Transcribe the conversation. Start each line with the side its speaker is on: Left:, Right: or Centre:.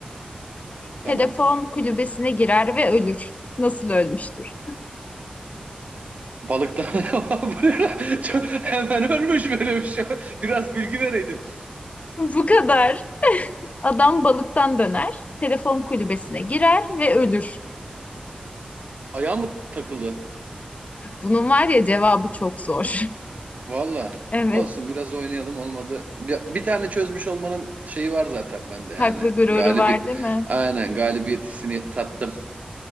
Right: Tamam.
Left: Telefon kulübesine girer ve ölür. Nasıl ölmüştür?
Right: Balıktan. <laughs> Bu ne lan? <laughs> Çok- Hemen ölmüş böyle bir şey. Biraz bilgi vereydin.
Left: <laughs> Bu kadar. Adam balıktan döner, telefon kulübesine girer ve ölür.
Right: Ayağı mı takıldı?
Left: Bunun var ya cevabı çok zor. <laughs>
Right: Valla
Left: Evet,
Right: olsun biraz oynayalım olmadı. Bir, bir tane çözmüş olmanın şeyi var zaten bende
Left: haklı
Right: yani.
Left: gururu
Right: Galibi
Left: var değil mi?
Right: aynen galibiyet hissini tattım.